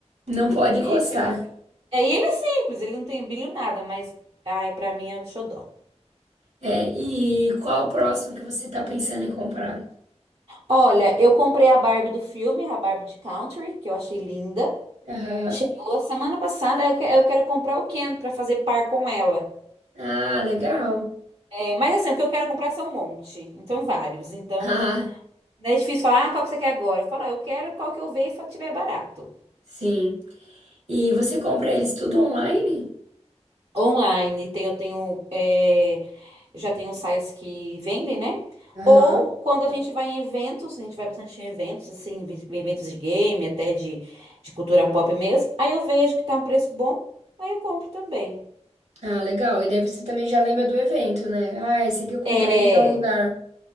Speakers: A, on the right (about 80°); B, on the right (about 60°).
A: Não pode
B: Esse
A: encostar.
B: é um. É, e ele é simples, ele não tem brilho nada, mas, ai, pra mim é o xodó.
A: É, e qual o próximo que você tá pensando em comprar?
B: Olha, eu comprei a Barbie do filme, a Barbie de Country, que eu achei linda.
A: Aham.
B: Chegou semana passada, eu que- eu quero comprar o Ken pra fazer par com ela.
A: Ah, legal. <laughs>
B: É, mas assim, o que eu quero é comprar são um monte, então vários. Então,
A: Ah,
B: não é difícil falar, ah, qual que você quer agora? Falar, eu quero qual que eu ver e fa- tiver barato.
A: sim. E você compra eles tudo online?
B: Online, tem, eu tenho, é, eu já tenho sites que vendem, né?
A: Aham.
B: Ou quando a gente vai em eventos, a gente vai bastante em eventos, assim, vi- eventos de game, até de, de cultura pop mesmo. Aí eu vejo que tá um preço bom, aí eu compro também.
A: Ah, legal. E daí você também já lembra do evento, né? Ah, esse aqui eu comprei
B: É,
A: em tal lugar.